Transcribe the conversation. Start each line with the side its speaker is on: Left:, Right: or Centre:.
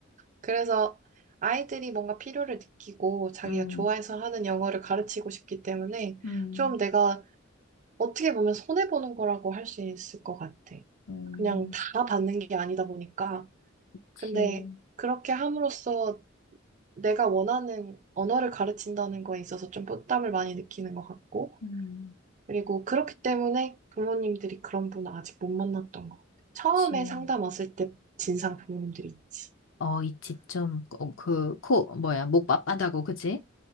Right: 그래서 아이들이 뭔가 필요를 느끼고 자기가
Left: 음,
Right: 좋아해서 하는 영어를 가르치고 싶기 때문에
Left: 음,
Right: 좀 내가 어떻게 보면 손해보는 거라고 할 수 있을 것 같아.
Left: 음,
Right: 그냥 다 받는 게 아니다 보니까.
Left: 치.
Right: 근데 그렇게 함으로써 내가 원하는 언어를 가르친다는 거에 있어서 좀 부담을 많이 느끼는 것 같고,
Left: 음,
Right: 그리고 그렇기 때문에 부모님들이 그런 분을 아직 못 만났던 것 같아. 처음에
Left: 그치.
Right: 상담 왔을 때 진상 부모님들이 있지.
Left: 어, 있지. 좀, 어, 그, 코, 뭐야, 목 빳빳하고, 그지?